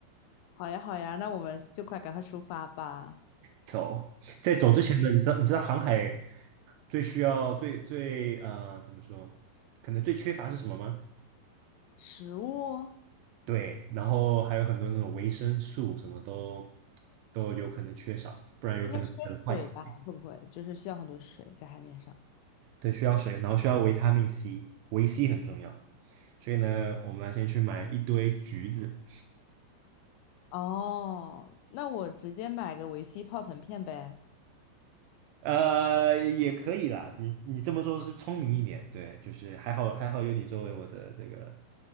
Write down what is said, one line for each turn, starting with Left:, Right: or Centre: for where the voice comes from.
Left: 好呀好呀，那我们就快赶快出发吧。
Right: 走。在走之前呢，你知道你知道航海最需要最最呃怎么说，可能最缺乏是什么吗？
Left: 食物
Right: 对，然后还有很多那种维生素什么都都有可能缺少，不然有可能会坏死。
Left: 应该缺水吧？会不会就是需要很多水在海面上？
Right: 对，需要水，然后需要维他命 C，维 C 很重要。所以呢，我们要先去买一堆橘子，
Left: 哦，那我直接买个维 C 泡腾片呗，
Right: 呃，也可以啦。你你这么做是聪明一点，对，就是还好还好有你作为我的这个，